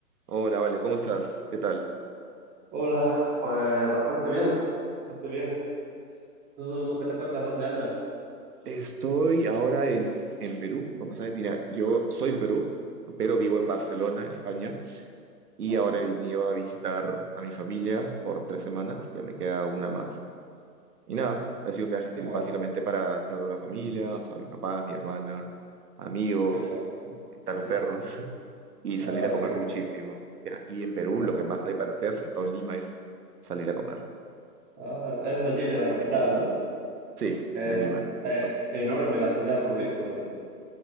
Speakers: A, on the right; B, on the right.
A: Hola, vale, ¿cómo estás? ¿Qué tal?
B: Hola, pues bastante bien, bastante bien. ¿Tú qué te cuentas? ¿Dónde andas?
A: Estoy ahora en, en Perú, no pasa de mira, yo soy de Perú, pero vivo en Barcelona, en España, y
B: Ah,
A: ahora he venido a visitar a mi familia por tres semanas, ya me queda una más. Y
B: mm,
A: nada, ha sido un viaje sin-
B: qué guay,
A: básicamente para estar con la familia, o sea, mis papás, mi hermana, amigos,
B: qué guay.
A: están
B: Sí,
A: los perros,
B: sí.
A: <laughs> y
B: Ah,
A: salir a comer
B: qué guay,
A: muchísimo. Que Aquí en Perú
B: claro.
A: lo que más hay para hacer, sobre todo en Lima, es salir a comer.
B: Ah, eres de allí, de la capital, ¿no?
A: Sí,
B: Que
A: de
B: eno-
A: Lima, justo.
B: eh, enorme la ciudad, por lo visto, ¿verdad?